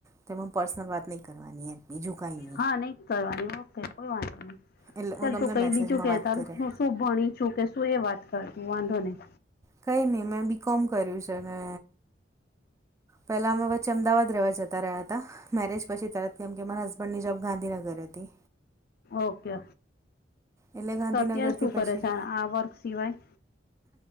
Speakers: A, on the right; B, on the left.
A: તો એમાં પર્સનલ વાત નહીં કરવાની એમ. બીજું કંઈ નહિ.
B: હા નઈ કરવાની ઓકે કોઈ વાંધો નહી
A: એટલે
B: ચાલ
A: હું તમને
B: તું કઈ
A: મેસેજમાં
B: બીજું કે
A: વાત
B: તારું.
A: કરે
B: શું ભણી છું કે શું એ વાત કરું વાંધો નહી.
A: કઈ નહી મેં બી કોમ કર્યું છે ને. પેલા અમે વચ્ચે અમદાવાદ રહેવા જતા રહ્યા હતા. મેરેજ પછી તરત કેમ કે મારા હસબન્ડની જોબ ગાંધીનગર હતી.
B: ઓકે
A: એટલે ગાંધીનગરથી
B: તો અત્યારે શું કરે
A: પછી
B: છે? આ વર્ક સિવાય.